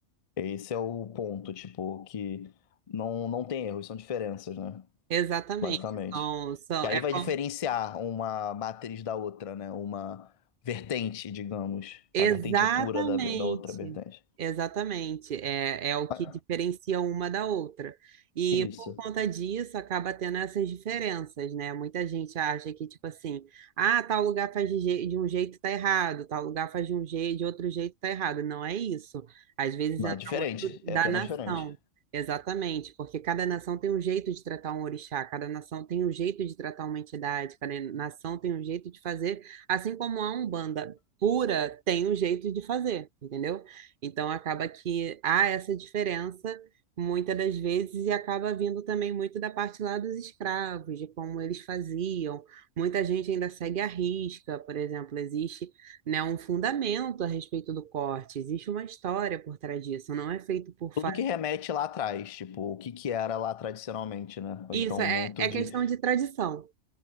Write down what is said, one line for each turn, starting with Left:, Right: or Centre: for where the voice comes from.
Left: esse é o ponto, tipo, que não, não tem erros, são diferenças, né?
Right: Exatamente.
Left: Basicamente.
Right: São, são,
Left: Que aí
Right: é
Left: vai
Right: como
Left: diferenciar uma matriz da outra, né? Uma vertente, digamos,
Right: Exatamente,
Left: a vertente pura da, da outra vertente.
Right: exatamente. É, é o
Left: Mas
Right: que diferencia uma da outra. E
Left: Isso,
Right: por conta disso acaba tendo essas diferenças, né? Muita gente acha que, tipo assim, ah, tal lugar faz de, je- de um jeito tá errado, tal lugar faz de um jeito, de outro jeito tá errado. Não é isso. Às vezes
Left: não
Right: entra
Left: é diferente,
Right: muito da
Left: é apenas
Right: nação.
Left: diferente.
Right: Exatamente, porque cada nação tem um jeito de tratar um orixá, cada nação tem um jeito de tratar uma entidade, cada nação tem um jeito de fazer, assim como a Umbanda pura tem um jeito de fazer, entendeu? Então acaba que há essa diferença muitas das vezes e acaba vindo também muito da parte lá dos escravos, de como eles faziam. Muita gente ainda segue a risca, por exemplo, existe, né, um fundamento a respeito do corte, existe uma história por trás disso, não é feito por
Left: Tudo
Right: fato.
Left: que remete lá atrás, tipo, o que que era lá tradicionalmente, né? Ou
Right: Isso
Left: então
Right: é,
Left: muito
Right: é
Left: de.
Right: questão de tradição,